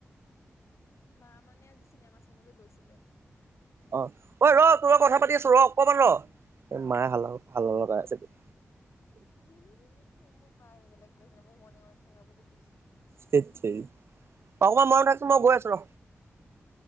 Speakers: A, on the left (about 70°); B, on the right (about 60°).
A: মা মানে আজি চিনেমা চাবলৈ গৈছিলে।
B: অ' ঐ ৰ তোৰ ৰ কথা পাতি আছো ৰ অকমান ৰ মায়ে হাল্লা। পাই ছেতো।
A: <unintelligible> মা আহি পেলাই কৈছে মোৰ মনে মনে থাকা বুলি কৈছে।
B: ধেৎ তেৰি অকমান মৰম থাকচোন মই গৈ আছো ৰ।